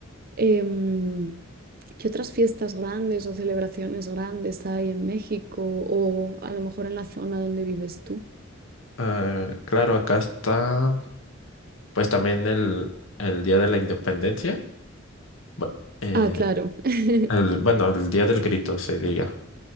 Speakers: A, on the right; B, on the left.
A: em, ¿qué otras fiestas grandes o celebraciones grandes hay en México o a lo mejor en la zona donde vives tú?
B: Ah, claro, acá está pues también el, el Día de la Independencia. Bu- eh,
A: Ah, claro, <laughs>
B: el- bueno, el Día del Grito se diga,